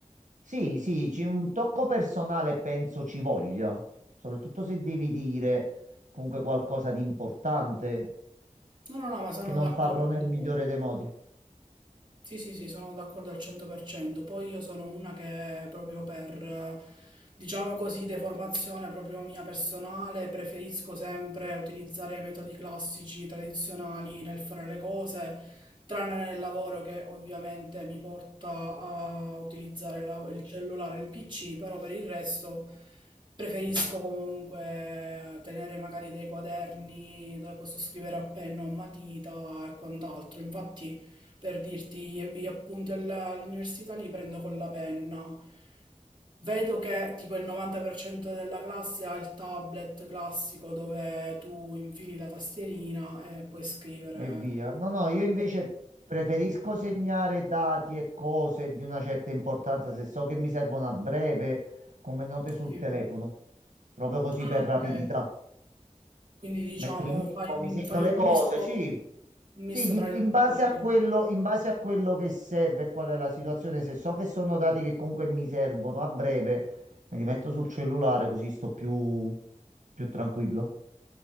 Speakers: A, on the right (about 80°); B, on the right (about 40°).
A: Sì, sì, c'è un tocco personale, penso ci voglia, soprattutto se devi dire comunque qualcosa di importante,
B: no, no, ma sono
A: che non
B: d'accordo.
A: farlo nel migliore dei modi.
B: Sì, sì, sì, sono d'accordo al 100%. Poi io sono una che proprio per, eh, diciamo così, deformazione proprio mia personale, preferisco sempre utilizzare i metodi classici, tradizionali nel fare le cose, tranne nel lavoro che ovviamente mi porta a utilizzare la- il cellulare, il PC, però per il resto preferisco comunque tenere magari dei quaderni dove posso scrivere a penna o matita e quant'altro. Infatti... Per dirti, gli, gli appunti alla- all'università li prendo con la penna. Vedo che tipo il 90% della classe ha il tablet classico dove tu infili la tastierina e puoi scrivere.
A: e via. No, no, io invece
B: Eh,
A: preferisco segnare dati e cose di una certa importanza se so che mi servono a breve come note
B: sì.
A: sul telefono, proprio così
B: Ah,
A: per
B: ok.
A: rapidità.
B: Quindi diciamo
A: Metto il memo,
B: fai un,
A: mi segno
B: fai
A: le
B: un
A: cose,
B: misto,
A: sì,
B: un misto
A: sì, di-
B: tra i
A: in
B: due
A: base
B: mondi.
A: a quello, in base a quello che serve e qual è la situazione, se so che sono dati che comunque mi servono a breve, me li metto sul cellulare così sto più, più tranquillo.